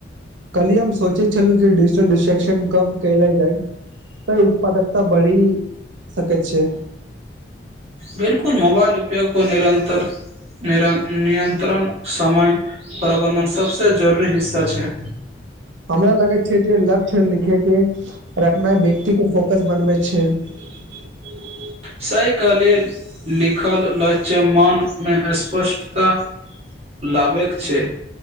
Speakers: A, on the right; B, on the right.
A: कली हम सोचे छललू जे िजिटल डिस्ट्र्शन कम क। <unintelligible> तऽ उत्पादक। <unintelligible> त बढ़ि सक छै। <unintelligible>
B: बिल्कुल मोबाइल उपयोग पर -नियन्त्रण समय प्रबन्धन सभसँ जरूरी हिस्सा छै।
A: हमरा लगैत छै जे लक्ष्य लिखेके रखनाइ व्यक्ति के फोकस बनबै छै। <unintelligible>
B: सयके लेल लिखल ल्षमानमे स्पष्टता <unintelligible> लाबै छै।